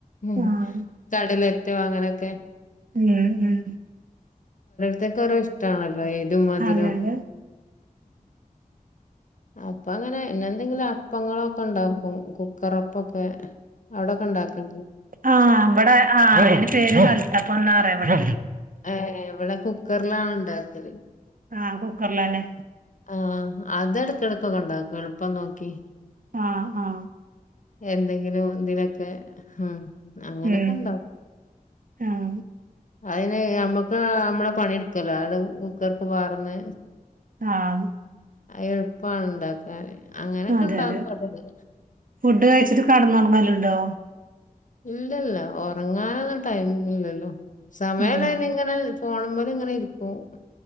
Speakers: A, on the left; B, on the right.
A: ഉ
B: ആഹ്
A: കടലറ്റോ അങ്ങനെയൊക്കെ
B: ഉം ഉം
A: ഇതക്കെറോ ഇഷ്ടാണല്ലോ ഏരും മധുരം
B: അതെ അതെ
A: അപ്പ അങ്ങനെന്നെ എന്തെങ്കിലും അപ്പങ്ങളൊക്കെ ഉണ്ടാക്കും കുക്കറപ്പൊക്കെ അവിടൊക്കെ ഉണ്ടാക്കണ്ടണ്ട്
B: ആ ഇവിടെ ആ അതിന്റെ പേര് കലത്തപ്പം ന്നാ പറയാ ഇവിടെ
A: ഏഹ് ഇവിടെ കുക്കറിലാണ് ഉണ്ടാക്കല്
B: ആ കുക്കറിലാണ്
A: ആ അത് എടക്ക എടക്കൊക്കെ ഉണ്ടാക്കും എളുപ്പം നോക്കി
B: ആ ആ
A: എന്തെങ്കിലും എന്തിലൊക്കെ ഉം അങ്ങനൊക്കെ
B: ഉം
A: ഉണ്ടും
B: ആഹ്
A: അതിന് നമ്മക്ക് നമ്മളെ പണിയെടുക്കല്ലോ അടെ കുക്കർക്ക് പാർന്ന്
B: ആഹ്
A: എളുപ്പമാണ് ഉണ്ടാക്കാൻ അങ്ങനൊക്കെ
B: അതെ
A: ഉണ്ടാവും
B: അതെ
A: അതല്ല
B: ഫുഡ് കഴിച്ചിട്ട് കടന്നുറങ്ങലുണ്ടോ
A: ഇല്ലല്ല ഉറങ്ങാനൊന്നും ടൈം ഇല്ലല്ലോ സമയം
B: ഉം
A: ഇങ്ങനെ പോണ്മ്ല് ഇങ്ങനെ ഇരിക്കും